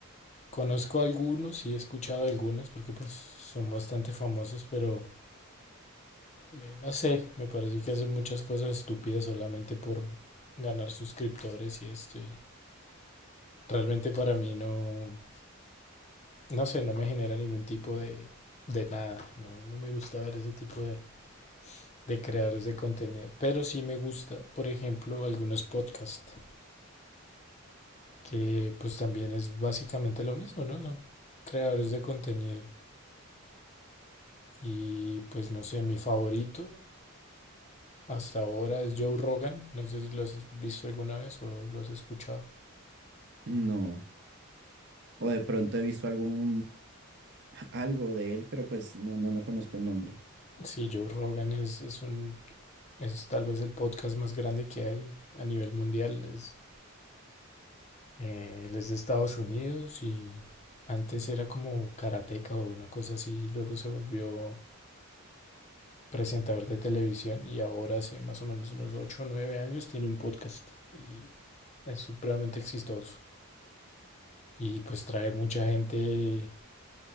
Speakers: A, on the left (about 30°); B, on the right (about 50°).
A: conozco algunos y he escuchado algunos porque pues son bastante famosos, pero... Eh, no sé, me parece que hacen muchas cosas estúpidas solamente por ganar suscriptores y esto. Y realmente para mí no, no sé, no me genera ningún tipo de, de nada. No, no me gusta ver ese tipo de, de creadores de contenido. Pero sí me gusta, por ejemplo, algunos podcasts, que pues también es básicamente lo mismo, ¿no? Son creadores de contenido. Y pues no sé, mi favorito hasta ahora es Joe Rogan. No sé si lo has visto alguna vez o lo has escuchado.
B: No. O de pronto he visto algún <laughs> algo de él, pero pues no, no, no conozco el nombre.
A: Sí, Joe Rogan es, es un, es tal vez el podcast más grande que hay a nivel mundial. Es, eh, él es de Estados Unidos y antes era como karateca o una cosa así, luego se volvió presentador de televisión y ahora hace más o menos unos 8 o 9 años tiene un podcast y es supremamente exitoso. Y pues trae mucha gente